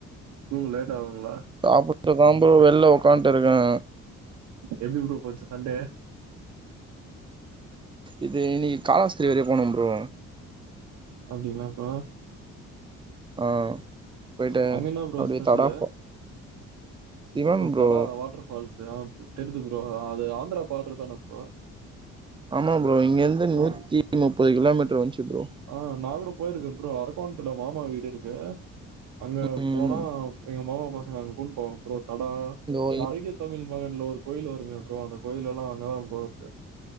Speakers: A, on the right; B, on the right.
A: தூங்க லேட் ஆவுங்ளா
B: சாப்பிட்டு தா ப்ரோ வெள்ள உ்க்காந்ட்டு இருக்கே
A: எப்டி ப்ரோ போச்சு சண்டே
B: இது இன்னைக் காலாஸ்திரி வரை போனு ப்ரோ
A: அப்டிங்ளா ப்ரோ
B: ஆ போயிட்டு
A: அங்க என்னா ப்ரோ
B: அப்டியே
A: ஸ்பெஷலு
B: தடா ஃபா சிவன்
A: ஓ
B: ப்ரோ
A: தடாவா வாட்டர் ஃபால்ஸூ ஆ பு தெரிது ப்ரோ ஆ அது ஆந்திரா பார்டர் தான ப்ரோ
B: ஆமா ப்ரோ இங்க இருந்து நூத்தி
A: ஆ
B: முப்பது கிலோமீட்டர் வந்ச்சு ப்ரோ
A: ஆ நா கூட போயிருக்கே ப்ரோ அரக்கோண்த்துல மாமா வீடு இருக்கு அங்க
B: ம்
A: போனா எங்க மாமா பசங்க அங்க கூட்ன் போவாங் ப்ரோ தடா
B: இதோ
A: இந்த அழகிய தமிழ் மகன்ல ஒரு கோயில் வருமே ப்ரோ அந்த கோயிலெல்லா அங்கதா ப்ரோ இருக்கு